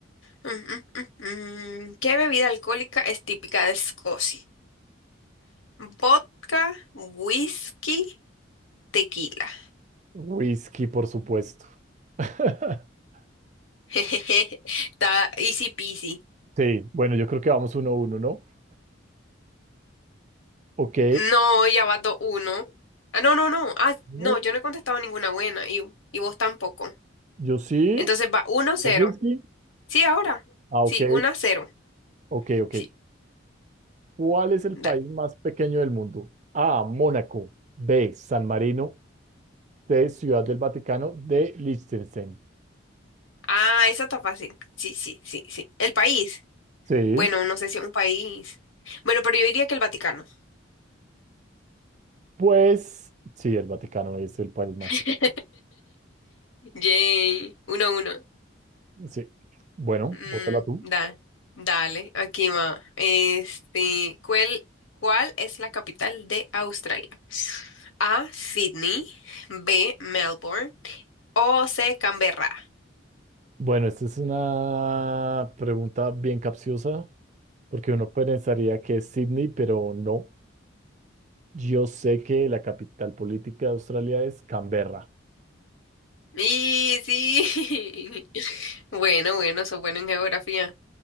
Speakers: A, on the left (about 80°); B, on the right (about 35°).
A: Mm, mm, mm, mm. ¿Qué bebida alcohólica es típica de Escocia? Vodka, whisky, tequila.
B: Whisky, por supuesto. <laughs>
A: <laughs> Jejeje, Está easy peasy.
B: Sí, bueno, yo creo que vamos uno a uno, ¿no? Ok.
A: No, ya va 2-1. Ah, no, no, no. Ah,
B: No,
A: no, yo no he contestado ninguna buena y, y vos tampoco.
B: Yo sí.
A: Entonces va uno cero.
B: ¿Hay whisky?
A: Sí, ahora.
B: Ah,
A: Sí,
B: ok.
A: 1 a 0.
B: Ok, ok.
A: Sí,
B: ¿Cuál es el
A: dale.
B: país más pequeño del mundo? A. Mónaco. B. San Marino. de Ciudad del Vaticano de Liechtenstein.
A: Ah, esa está fácil. Sí, sí, sí, sí. El país.
B: Sí,
A: Bueno, no sé si un país. Bueno, pero yo diría que el Vaticano.
B: pues sí, el Vaticano es el país más.
A: <laughs> Yay. Uno a 1.
B: Sí, bueno,
A: Mm,
B: bótala tú.
A: da- dale, aquí va. Este, ¿cuál, cuál es la capital de Australia? A, Sydney. B, Melbourne. O C, Canberra.
B: Bueno, esta es una pregunta bien capciosa, porque uno pensaría que es Sydney, pero no. Yo sé que la capital política de Australia es Canberra.
A: Y sí. <laughs> Bueno, bueno, sos bueno en geografía.